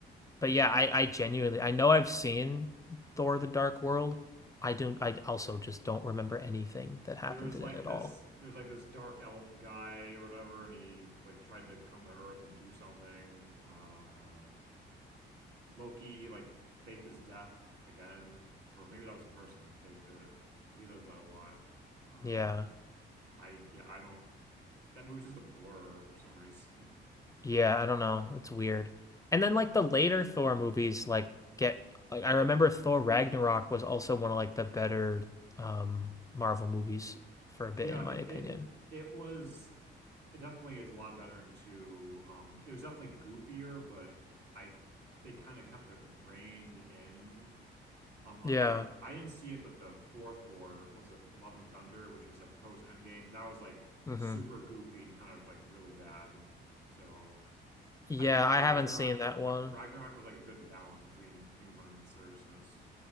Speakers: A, on the left (about 15°); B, on the right (about 55°).
A: But yeah, I, I genuinely I know I've seen Thor: The Dark World. I don't I also just don't remember anything that happened
B: There was
A: in
B: like
A: it at
B: this
A: all.
B: there's like this dark elf guy or whatever, and he like tried to come to Earth and do something. Uh Loki like faked his death again. Or maybe that was the first time he faked it. 'Cause He does that a lot. Um
A: Yeah.
B: I yeah, I don't that movie's just a blur for some reason.
A: Yeah, I don't know. It's weird. And then like the later Thor movies like get like I remember Thor Ragnarok was also one of like the better um Marvel movies for a bit
B: Yeah,
A: in my
B: it
A: opinion.
B: it it was it definitely is a lot better in two. Um, it was definitely goofier, but I they kind of kept it reined in. Um, unlike
A: Yeah.
B: I didn't see it, but the fourth four what was it Love and Thunder, which was like post Endgame. That was like
A: hmm
B: super goofy and kind of like really bad. So
A: Yeah,
B: I think
A: I
B: Ragnarok
A: haven't seen that one.
B: Ra Ragnarok was like a good balance between humor and seriousness.